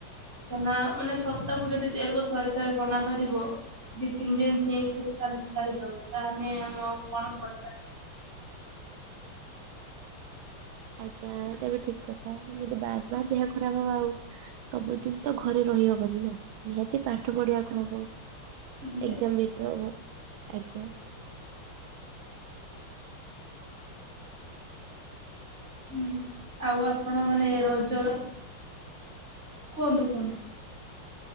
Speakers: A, on the right; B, on the right.
A: କାହିଁକିନା ମାନେ ସପ୍ତାହକୁ ଯଦି ଏରକ ଥରେ ଥରେ ଥଣ୍ଡା ଧରିବ ଦି ତିନି ଦିନ ଠିକ ହେଇ ଚାଲି ଯାଉଛି ତାହେଲେ ମୁଁ ଆଉ କଣ କରିବି?
B: ଆଜ୍ଞା ଏଇଟା ବି ଠିକ କଥା ଯଦି ବାର ବାର ଦେହ ଖରାପ ହବ ଆଉ ସବୁଦିନ ତ ଘରେ ରହିହବନି ନା ନିହାତି ପାଠ ପଢିବାକୁ ହବ।
A: ଆଜ୍ଞା
B: ଏକ୍ଜାମ ଦେଇତେ ହେବ ଆଜ୍ଞା
A: ହୁଁ ଆଉ ଆପଣ ମାନେ ରଜର କୁହନ୍ତୁ କୁହନ୍ତୁ